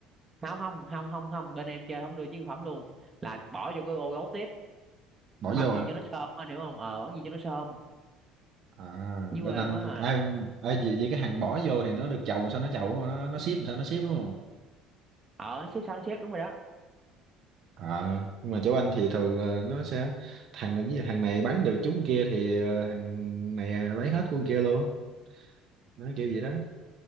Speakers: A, on the right; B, on the right.
A: không không không không không bên em chơi không đưa chiến phẩm luôn là bỏ vô cái ô gấu tiếp
B: bỏ
A: bắn
B: vô
A: gì
B: hả
A: cho nó sơm á hiểu không ờ bắn gì cho nó sơm
B: à
A: dưới
B: bên
A: quê
B: anh
A: em á
B: ai
A: là
B: ai vậy, vậy cái hàng bỏ vô thì nó được chồng sao nó chồng đúng không? nó nó ship sao nó ship đúng không
A: ờ nó xếp sao nó xếp đúng rồi đó
B: à nhưng mà chỗ anh thì thường là nó sẽ thằng này với hàng này bán được chúng kia thì ờ, hàng này à, lấy hết của con kia luôn nó kiểu vậy đó